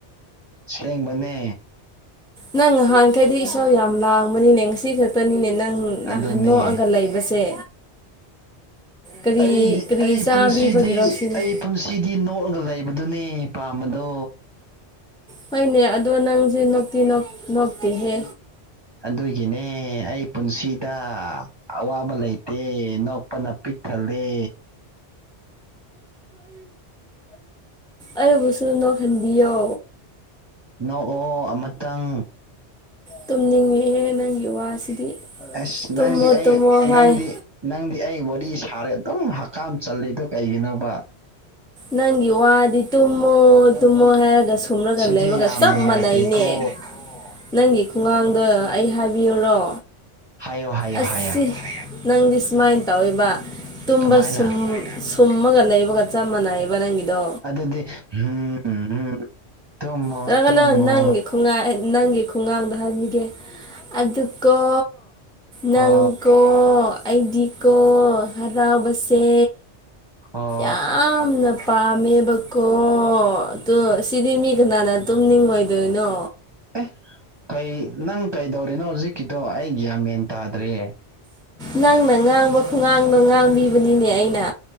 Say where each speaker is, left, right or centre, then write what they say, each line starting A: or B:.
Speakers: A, on the right (about 25°); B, in the centre.
A: ꯁꯦꯡꯕꯅꯦ
B: ꯅꯪ ꯉꯍꯥꯟꯈꯩꯗꯤ ꯏꯁꯧ ꯌꯥꯝ ꯂꯥꯡꯕꯅꯤꯅꯦ ꯉꯁꯤ ꯈꯛꯇꯅꯤꯅꯦ ꯅꯪ ꯅꯍꯥꯟ
A: ꯑꯗꯨꯅꯦ
B: ꯅꯣꯛꯑꯒ ꯂꯩꯕꯁꯦ ꯀꯔꯤ
A: ꯑꯩꯒꯤ
B: ꯀꯔꯤ
A: ꯑꯩ
B: ꯆꯥꯕꯤꯕꯒꯤꯔꯣ
A: ꯄꯨꯟꯁꯤꯗꯤ
B: ꯁꯤꯅꯤ
A: ꯑꯩ ꯄꯨꯟꯁꯤꯗꯤ ꯅꯣꯛꯑꯒ ꯂꯩꯕꯗꯨꯅꯦ ꯄꯥꯝꯕꯗꯣ꯫
B: ꯍꯣꯏꯅꯦ ꯑꯗꯣ ꯅꯪꯖꯦ ꯅꯣꯛꯇꯤ ꯅꯣꯛ ꯅꯣꯛꯇꯦꯍꯦ꯫
A: ꯑꯗꯨꯒꯤꯅꯦ ꯑꯩ ꯄꯨꯟꯁꯤꯗ ꯑꯋꯥꯕ ꯂꯩꯇꯦ ꯅꯣꯛꯄꯅ ꯄꯤꯛ ꯊꯜꯂꯦ꯫
B: ꯑꯩꯕꯨꯁꯨ ꯅꯣꯛꯍꯟꯕꯤꯌꯣ꯫
A: ꯅꯣꯛꯑꯣ ꯑꯃꯇꯪ
B: ꯇꯨꯝꯅꯤꯡꯉꯍꯦ ꯅꯪꯒꯤ ꯋꯥꯁꯤꯗꯤ꯫
A: ꯑꯁ
B: ꯇꯨꯝꯃꯣ
A: ꯅꯪꯗꯤ ꯑꯩ
B: ꯇꯨꯝꯃꯣ ꯍꯥꯏ
A: ꯅꯪꯗꯤ ꯅꯪꯗꯤ ꯑꯩ ꯋꯥꯔꯤ ꯁꯥꯔꯦ ꯑꯗꯨꯝ ꯍꯀꯥꯝ ꯆꯜꯂꯤꯗꯣ ꯀꯩꯒꯤꯅꯣꯕ?
B: ꯅꯪꯒꯤ ꯋꯥꯗꯤ ꯇꯨꯝꯃꯣ ꯇꯨꯝꯃꯣ ꯍꯥꯏꯔꯒꯁꯨ ꯇꯨꯝꯂꯒ
A: ꯁꯤꯗꯤ
B: ꯂꯩꯕꯒ
A: ꯌꯥꯝ
B: ꯆꯞ
A: ꯅꯨꯡꯉꯥꯏꯇꯦꯀꯣ
B: ꯃꯥꯟꯅꯩꯅꯦ꯫ ꯅꯪꯒꯤ ꯈꯨꯡꯉꯥꯡꯗꯣ ꯑꯩ ꯍꯥꯏꯕꯤꯌꯨꯔꯣ꯫
A: ꯍꯥꯏꯌꯣ ꯍꯥꯏꯌꯣ
B: ꯑꯁ
A: ꯍꯥꯏꯌꯣ
B: ꯁꯤ ꯅꯪꯗꯤ ꯁꯨꯃꯥꯏꯅ ꯇꯧꯋꯦꯕ ꯇꯨꯝꯕ
A: ꯀꯃꯥꯏꯅ
B: ꯁꯨꯝ ꯁꯨꯝꯃꯒ ꯂꯩꯕꯒ ꯆꯞ ꯃꯥꯟꯅꯩꯑꯦꯕ ꯅꯪꯒꯤꯗꯣ꯫
A: ꯑꯗꯨꯗꯤ ꯍꯨꯝ ꯍꯨꯝ ꯍꯨꯝ ꯇꯨꯝꯃꯣ
B: ꯇꯧꯔꯛꯀꯅꯨ
A: ꯇꯨꯝꯃꯣ
B: ꯅꯪꯒꯤ ꯈꯨꯨꯉꯥꯡ ꯑꯦ ꯅꯪꯒꯤ ꯈꯨꯉꯥꯡꯗꯣ ꯍꯥꯏꯕꯤꯒꯦ ꯑꯗꯨꯀꯣ ꯅꯪ
A: ꯍꯣ
B: ꯀꯣ ꯑꯩꯗꯤ ꯀꯣ ꯍꯔꯥꯎꯕꯁꯦ꯫
A: ꯑꯣ
B: ꯌꯥꯝꯅ ꯄꯥꯝꯃꯦꯕꯀꯣ ꯑꯇꯨ ꯁꯤꯗꯤꯃꯤ ꯅꯅꯥ ꯇꯨꯝꯅꯤꯡꯉꯣꯏꯗꯣꯏꯅꯣ꯫
A: ꯑꯦ ꯀꯩ ꯅꯪ ꯀꯩꯗꯧꯔꯤꯅꯣ ꯍꯧꯖꯤꯛꯀꯤꯗꯣ ꯑꯩ ꯒ꯭ꯌꯥꯟ ꯃꯦꯟ ꯇꯥꯗ꯭ꯔꯦ꯫
B: ꯅꯪꯅ ꯉꯥꯡꯕ ꯈꯨꯉꯥꯡꯗꯣ ꯉꯥꯡꯕꯤꯕꯅꯤꯅꯦ ꯑꯩꯅ꯫